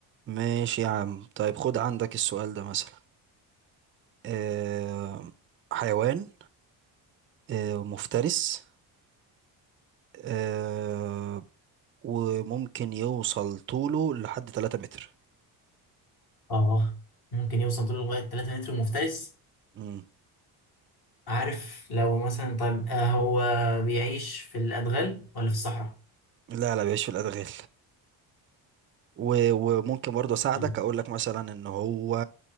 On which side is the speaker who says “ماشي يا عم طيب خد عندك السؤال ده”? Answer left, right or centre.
Right